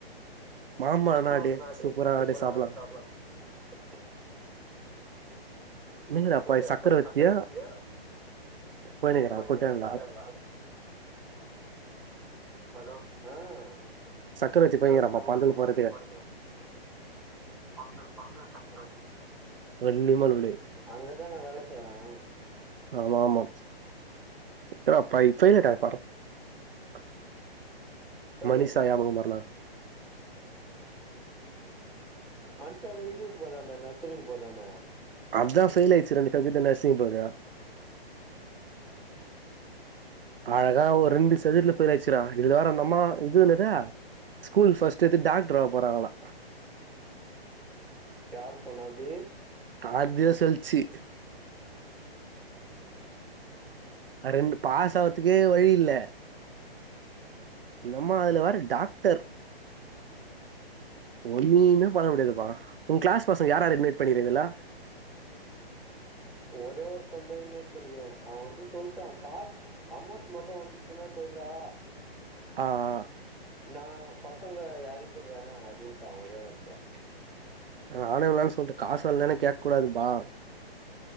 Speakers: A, in the centre; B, on the right.
A: <unintelligible>
B: மாம்பழோனா அப்டியே சூப்பரா அப்டியே சாப்பலா என்னங்கடா அப்பா
A: நீங்காப்பா
B: சக்கர வச்சியா
A: சக்கரவத்தியா
B: போய்னுக்குறா
A: போயண்ணிக்கிறான்
B: குட்டன்டா
A: குட்டல ஹலோ உம்
B: சக்கர வச்சு
A: சக்கரவர்த்தி
B: போய்னுக்குறாப்பா
A: பங்கப்பா
B: போட்றதுக்கு
A: பந்தல் போறட்ட பந்தல் பந்தல் சக்கரவர்த்திமடைய
B: வன்னியமால் ஒடே
A: அங்கதான வேலை செய்றான்
B: ஆமா ஆமா <unintelligible>
A: ஃபெயில்
B: மனிஷா ஞாபகம் வரலாம்
A: மனிஷா தான்இதுக்கு போதாம நர்சரிங் போதாமே
B: அதான் ஃபெயில் ஆயிடுச்சு ரெண்டு சப்ஜெக்ட் நர்சிங் போதா அழகா ஒரு ரெண்டு சப்ஜெக்ட்ல பேயில்ஆச்சிரான் இழுது வாரம் அந்தம்மா இதுனுத ஸ்கூல் ஃபஸ்ட் எத்து டாக்டர் ஆக போறாங்களா
A: யார் சொன்னாப்படி
B: ஆது தான் சொல்ச்சி ரெண்டு பாஸ் ஆகுதுக்கு வழி இல்ல நம்மா அதுல வேற டாக் டர் ஒ நீ இன்னும் பண்ண முடியாதுப்பா உங்க கிளாஸ் பசங்க யார் இன்வைட் பண்ணிருதுல
A: ஒரே ஒருத்தன் தான் இன்வைட் பண்ணிக்கிறேன் அவன் வந்து சொல்ட்டான் காச அமௌண்ட் மட்டும் வந்துச்சுன்னா சொல்றா
B: ஆஹ் ஹ
A: நான் பசங்களை இறைக்கிற்றேன் அப்படின்ட்டான் ஒரே வார்த்தியா
B: ஆணவலாம்னு சொல்லிட்டு காச இலைன்னே கேட்க கூடாது பா